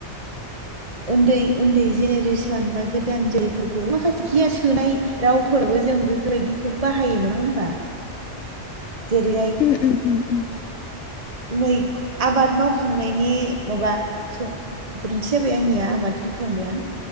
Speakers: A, on the right; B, on the left.
A: उन्दै उन्दै जेनेरेसन बा गोदान जायफोरखौ माखासे गियान सोनाय रावफोरबो जों बेफोरबायदिखौ बाहायो नङा होमबा जेरैहाय
B: उम उम उम उम
A: मै आबाद मावखांनायनि माबा स गोरोन्थि जाबाय आंनिया आबाद होनफ्लांबाय आं